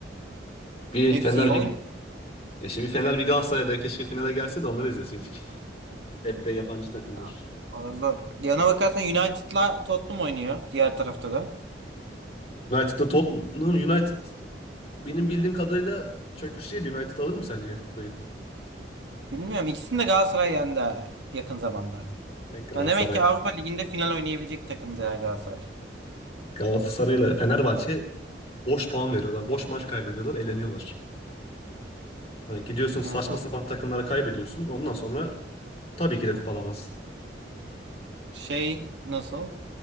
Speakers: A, on the left; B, on the right.
A: Bir
B: Hepsi
A: Fener
B: iyi oynuyor.
A: bir ya şimdi bir Fener bir Galatasaray'da keşke finale gelse de onları izleseydik. <laughs> Hep de yabancı takımlar.
B: ya. Valla zor. Ya Ona bakarsan United'la Tottenham oynuyor. Diğer tarafta da.
A: United'da Tottenham United benim bildiğim kadarıyla çöküşteydi. United alır mı sence kupayı?
B: Bilmiyorum. İkisini de Galatasaray yendi ha, yakın zamanda.
A: Ya Galatasaray
B: Ya demek ki Avrupa Ligi'nde final oynayabilecek takımdı ya Galatasaray.
A: Galatasaray'la Fenerbahçe boş puan veriyorlar. Boş maç kaybediyorlar, eleniyorlar. Hani gidiyorsun
B: Yani
A: saçma sapan takımlara kaybediyorsun. Ondan sonra tabii ki de kupalamazsın.
B: şey nasıl?